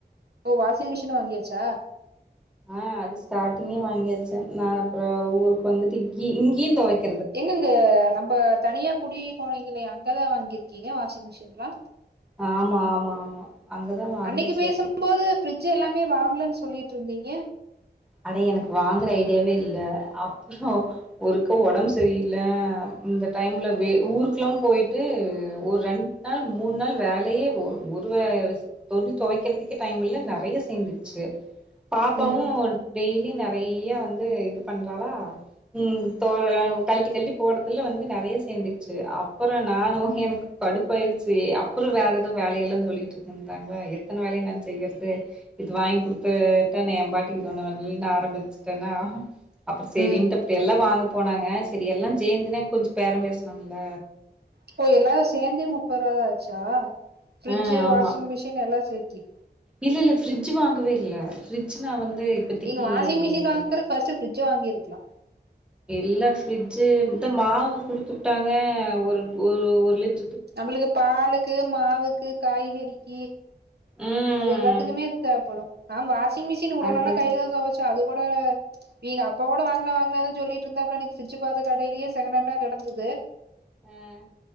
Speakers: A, on the right; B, in the centre.
A: ஓ வாஷிங் மிஷின் வாங்கியாச்சா
B: ஆ அது ஸ்டார்ட்டிங்கே வாங்காச்சே நா அப்புறோ ஊருக்கு வந்துட்டு இங்கி இங்கியும் தொவைக்
A: எங்கங்க நம்ம தனியா குடி போனீ ங்கள அங்கதா வாங்கியிருக்கீங்க வாஷிங் மிஷின்லா
B: ஆமா ஆமா ஆமா அங்கதா வாங்குச்சு
A: அன்னிக்கு பேசும்போது பிரஃரிட்ஜ் எல்லாமே வாங்கலன்னு சொல் சொல்லிட்டு இருந்தீங்க
B: அடே எனக்கு வாங்குற ஐடியாவே இல்ல அப்புறோ ஒருக்க ஒடம்பு சரியில்ல இந்த டைம்ல வே ஊருக்குெல்லா போயிட்டு ஒரு ரெண்டு நாள் மூணு நாள் வேலயே ஒரு வே துணி தொவைக்கிறதுக்கு டைம்ல நறைய சேந்துச்சு பாப்பாவோ
A: ம்
B: துணி நறைய வந்து இது பண்றாளா ம் தோ கலட்டி கலட்டி போடுறதுல வந்து நறைய சேந்துருச்சு அப்புறோ நானோ எனக்கு கடுப்பாயிடுச்சு அப்புறோ வேற எதவு வேலையெல்லா சொல்லிட்டு இருக்குன்னந்தாங்களா எத்தன வேலய நா செய்யறது இது வாங்கி குடுத்துட்டா ஏ பாட்டுக்கு இருப் சொன்னவன்டீயே ஆரம்பிச்சுட்டேன்னா அப்புறோ செரின்ட்டு
A: ம்
B: அப்டி எல்லா வாங்க போனாங்க செரி எல்லா சேந்துனா கொஞ்சோ பேரம் பேசுனும்ல
A: ப்ப எல்லாரும் சேர்ந்தே முப்பதுருவாதா ஆச் ஆச்சா ஃபிரிட்ஜு
B: ஆ ஆமா
A: வாஷிங் மிஷின் எல்லா சேத் டி
B: இல்ல இல்ல ஃப்ரிட்ஜு வாங்கவே இல்ல ஃப்ரிட்ஜு நா வந்து இப்பத்திக்கு
A: நீங்க வாஷிங் மிஷின்
B: இது
A: வாங்கறது
B: இல்ல
A: பஸ்ட்டு பிரிட்ஜு வாங்கியிருக் கிலா
B: எல்லா ஃப்ரிட்ஜு இந்த மாவு குடுத்துபுட்டாங்க ஒரு ஒரு லிட்
A: நம்மளுக்கு பாலுக்கு மாவுக்கு காய்கறி கி
B: ம்
A: அது எல்லாத்துக்குமே தேவைப்படும் ஆ வா மிஷின் உன
B: அது அது
A: கையில துவச்ச அது கூட ங்க அப்ப கூட வாங்கலாம் வாங்கு சொல்லிட்டு இருந்தா அப்ப இன்னைக்கு சிு பார்த்த கடையிலயே செகண்ட் ஹண்டா கிடந்தது
B: உஹ்